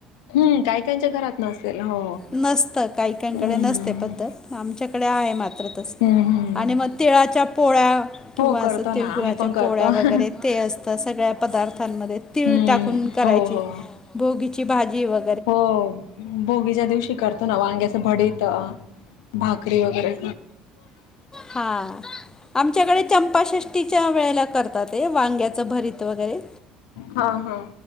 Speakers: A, on the left (about 75°); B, on the left (about 20°).
A: हम्म काही काहीच्या घरात नसेल हो
B: नसतं काही -
A: हम्म
B: काही कडे नसते पद्धत. आमच्याकडे आहे मात्र तसं
A: हम्म हम्म
B: आणि मग तिळाच्या पोळ्या किंवा,
A: हो
B: असं
A: करतो
B: तेळगुळाच्या
A: ना आम्ही पण करतो
B: पोळ्या
A: हम्म
B: वगैरे, ते असतं सगळ्या पदार्थांमध्ये. तीळ
A: हम्म
B: टाकून करायची,
A: हो हो
B: भोगीची भाजी वर
A: हो भोगीच्या, दिवशी करता. ना वांग्या भडीत भाकरी वगैरे,
B: हा, आमच्याकडे चंपाषष्टीच्या वेळेला करतात. ते वांग्याचं भरत वगैरे,
A: हा हा.